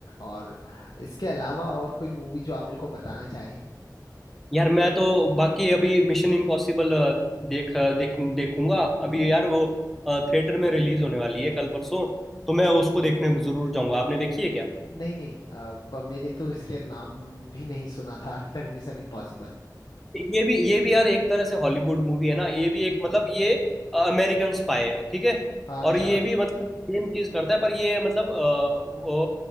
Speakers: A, on the left (about 70°); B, in the centre.
A: और इसके अलावा और कोई मूवी जो आप मेरे को बताना चाहें
B: यार मैं तो बाकी अभी मिशन इम्पॉसिबल देख देख देखूंगा अभी यार वो थिएटर में रिलीज होने वाली है कल परसों तो मैं उसको देखने जरूर जाऊंगा आपने देखी है क्या
A: नहीं नहीं अ, प- मैंने तो इसके नाम भी नहीं सुना था अभी तक मिशन इम्पॉसिबल
B: ये भी ये भी यार एक तरह से हॉलीवुड मूवी है ना ये भी एक मतलब ये अमेरिकन स्पाई है ठीक है
A: अच्छा
B: और ये भी मतलब सेम चीज करता है पर ये मतलब अ, वो